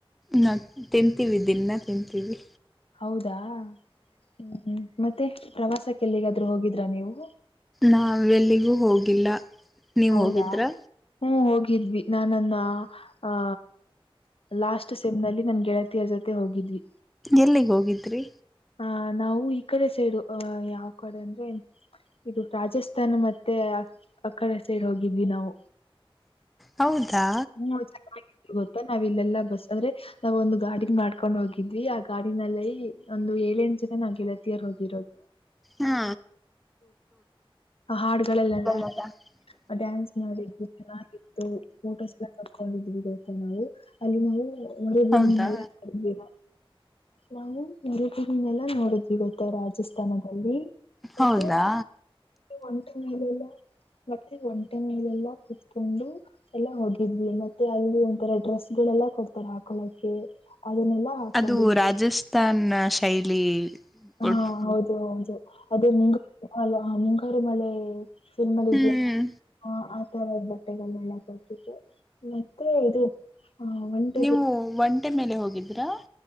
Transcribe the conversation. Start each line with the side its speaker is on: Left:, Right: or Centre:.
Centre: ನಾ ತಿಂತೀವಿ ದಿನ ತಿಂತೀವಿ
Left: ಹೌದಾ ಹ್ಮ ಮತ್ತೆ ಪ್ರವಾಸಕ್ಕೆಲ್ಲಿಗಾದ್ ಹೋಗಿದ್ರಾ ನೀವು
Centre: ನಾವೆಲ್ಲಿಗೂ ಹೋಗಿಲ್ಲ ನೀವ್
Left: ಹೌದಾ
Centre: ಹೋಗಿದ್ರಾ
Left: ಹ್ಮ ಹೋಗಿದ್ವಿ ನಾನ್ನ್ ಆ ಲಾಸ್ಟ್ ಸೆಮ್ ನಲ್ಲಿ ನನ್ ಗೆಳತಿಯ ಜೊತೆ ಹೋಗಿದ್ವಿ
Centre: ಎಲ್ಲಿಗೆ ಹೋಗಿದರಿ
Left: ಆ ನಾವು ಈ ಕಡೆ ಸೇಡು ಅಹ ಯಾವ ಕಡೆ ಅಂದ್ರೆ ಇದು ರಾಜಸ್ಥಾನ ಮತ್ತೆ ಅಕಡ ಸೈಡ್ ಹೋಗಿದ್ವಿ ನಾವು
Centre: ಹೌದಾ
Left: ನೀ ಗೊತ್ತಾ ನಾವ್ ಇಲ್ಲೆಲ್ಲಾ ಬಸ್ ಅಂದ್ರೆ ನಾವ್ ಒಂದು್ ಗಾಡ ಮಾಡ್ಕೊಂಡ್ ಹೋಗಿದ್ವಿ ಆ ಗಾಡಿನಲ್ಲಿ ಒಂದು ಏಳೆಂಟು ಜನಾಗಿಗೆಲ್ಲತಿಯರ್ ಹೋಗಿ
Centre: ಹಾ
Left: ಹಾಡುಗಳಲ್ಲೆಲ್ಲ <unintelligible>
Centre: ಹೌ <inaudible>
Left: ಡ್ಯಾನ್ಸ್ ಮಾಡವಿ ತ್ತು ಫೋಟೋಸ್ ಎಲ್ಲ ಕಕೊಂಡಿದ್ವಿ ಗೊತ್ತ ನಾವು ಅಲ್ಲಿ ನಾವು ಮರುಭೂಮಿಯಿನೆಲ್ಲ
Centre: ಹೌದಾ
Left: ರಾ ನಾವು ನ ತಿಗನ್ನೆಲ್ಲ ನೋಡಿದ್ವಿ ಗೊತ್ತ ರಾಜ ರಾಜಸ್ಥಾನದಲ್ಲಿ
Centre: ಹೌದಾ
Left: ಮತ್ತೆ ಒಂಟೆ ಮೇಲೆಲ್ಲ ಮತ್ತೆ ಒಂಟೆ ಮೇಲೆಲ್ಲಾ ಕುೂತ್ಕೊಂಡು ಎಲ್ಲ ಹೋಗಿದ್ವಿ ಮತ್ತೆ ಅಲ್ಲಿ ಒಂಥರ ಡ್ರೆಸ್ ಗಳೆಲ್ಲ ಕೊಡ್ತಾರೆ ಹಾಕೊಳಕ್ಕೆ ಅದನ್ನೆಲ್ಲಾ ಹಾಕೊಂಡಿದ್ವಿ
Centre: ಅದು ರಾಜಸ್ಥಾನ್ ಶೈಲಿ ಫುಡ್
Left: ಹಾ ಹೌದು ಹೌದು ಅದೇ ಮುಂಗಾರ ಅ ಮುಂಗಾರು ಮಳೆ ನಿಮ್ಮಲ್ಲಿ
Centre: ಹ್ಮ್
Left: ಇದ್ಯಲ್ಲ ಹ ಆತರದ್ದು ಬಟ್ಟೆಗಳೆಲ್ಲ ಕೊಡ್ತಿದ್ರು ಮತ್ತೆ ಇದು ಆ ಒಂಟೆದು
Centre: ನೀವು ಒಂಟೆ ಮೇಲೆ ಹೋಗಿದ್ರಾ